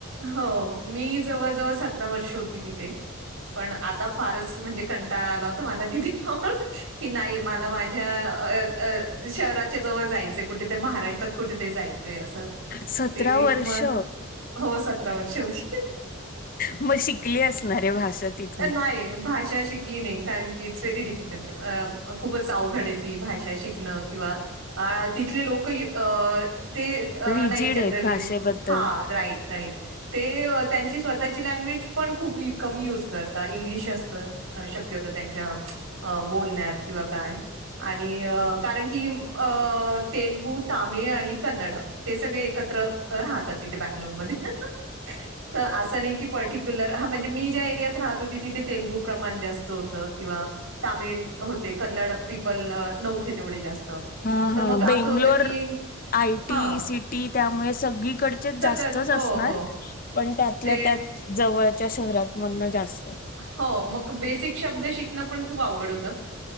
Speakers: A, on the right; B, on the left.
A: हो मी जवळ जवळ सतरा वर्ष होती तिथे पण आता फारच म्हणजे कंटाळा आला होता मला तिथे हो की नाही मला माझ्या अ शहराच्या जवळ जायचंय कुठेेतरी महाराष्ट्रात कुठेतरी जायचं अस
B: सतरा
A: ते
B: वर्ष
A: वक म्ह हो सतरा वर्ष होती
B: मग शिकले असणारे भाषा तिथली
A: नाही भाषा शिकली नाही कारण की व्हेरी डिफिकल्ट खूपच अवघड आहे ती भाषा शिकणं किंवा तिथले लोक अ <inaudible>
B: रिजिड
A: नाही जनली
B: आहेत भाषेबद्दल
A: रा त्यां स्वः <inaudible> ल्ज पण खप क यज कर इ असत शक्य होत त्यांच्या अ बोलण्यात किंवा काय आणि कारण की अ तेलुगू, तामिळ आणि कन्नडम ते सगळे एक त्र राहतात तिथे बंगलोरमध्ये. त असं नाही की पर्टिक्युलर हा म्हणजे मी ज्या एरियात राहत होती तिथे तेलगू प्रमाण जास्त होत किंवा तामिळ होते कन्नड पीपल अ नवथे तेवढे जास्त.
B: हा
A: तर
B: हा
A: मग
B: बेंगलोर.
A: असं होतं की
B: आय
A: हां,
B: टी सीटी त्यामुळे सगळीकडचेच
A: सगळंच.
B: जास्तच
A: हो,
B: असणार
A: हो.
B: पण त्यातल्या
A: ते
B: त्यात जवळच्या शहरात म्हणून जास्त
A: हो मग बेसिक शब्द शिकणं पण खूप आवघड होत